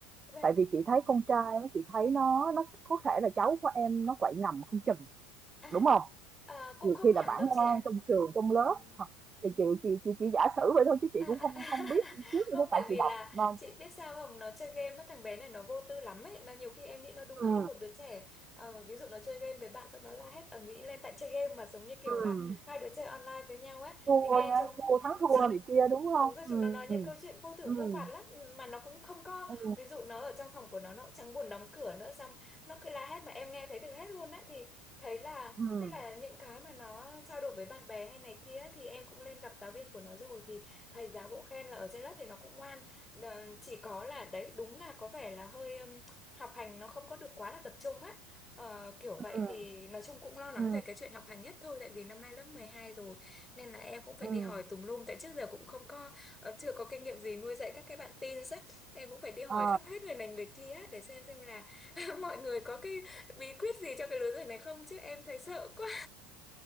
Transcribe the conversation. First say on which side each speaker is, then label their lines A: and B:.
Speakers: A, on the left; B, on the right.
A: vâng
B: tại vì chị thấy con trai nó chị thấy nó nó có thể là cháu của em nó quậy ngầm không chừng
A: à,
B: đúng không
A: à cũng
B: nhiều
A: không
B: khi
A: hẳn
B: là bản
A: đâu chị
B: ngoan
A: ạ
B: trong trường trong
A: Ừm,
B: lớp hoặc thì chị chị chị chỉ giả sử vậy thôi chứ chị
A: À,
B: cũng
A: à,
B: không
A: à. <laughs>
B: không biết trước
A: Không
B: đâu
A: tại
B: cậu
A: vì
B: chị đọc
A: là
B: nên
A: chị biết sao không nó chơi game á thằng bé này nó vô tư lắm ấy nó nhiều khi em nghĩ nó đúng
B: ừ.
A: là như một đứa trẻ Ờ, ví dụ nó chơi game với bạn xong nó la hét ầm ĩ lên tại chơi game mà giống như kiểu
B: Ừ.
A: là hai đứa chơi online với nhau ấy
B: Thua
A: thì nghe
B: nhá,
A: chúng
B: thua thắng thua
A: chúng
B: này kia, đúng
A: đúng
B: không
A: rồi
B: ừ
A: chúng nó nói những câu chuyện vô thưởng
B: ừ
A: vô phạt lắm Ừ, mà nó cũng không có
B: ừ
A: ví dụ nó ở trong phòng của nó nó cũng chẳng buồn đóng cửa nữa xong nó cứ la hét mà em nghe thấy được hết luôn á thì thấy là
B: ừ
A: tức là những cái mà nó trao đổi với bạn bè hay này kia ấy, thì em cũng lên gặp giáo viên của nó rồi thì thầy giáo cũng khen là ở trên lớp thì nó cũng ngoan Ờ, chỉ có là đấy đúng là có vẻ là hơi ừm, học hành nó không có được quá là tập trung á Ờ, kiểu
B: ừ
A: vậy thì nói chung cũng lo lắng
B: ừ
A: về cái chuyện học hành nhất thôi tại vì năm nay lớp 12 rồi nên là em cũng phải
B: ừm,
A: đi hỏi tùm lum tại trước giờ cũng không có ờ, chưa có kinh nghiệm gì nuôi dạy các cái bạn teen á em cũng phải đi hỏi
B: ờ,
A: khắp hết người này người kia á, để xem xem là <laughs> mọi người có cái bí quyết gì cho cái lứa tuổi này không chứ em thấy sợ quá